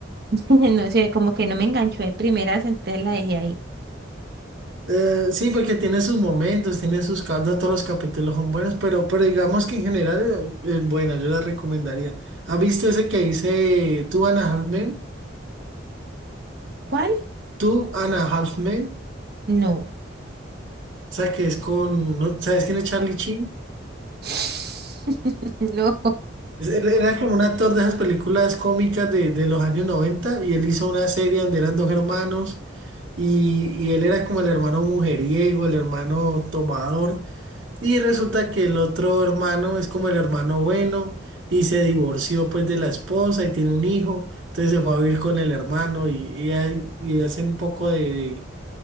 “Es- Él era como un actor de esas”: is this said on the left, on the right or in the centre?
Right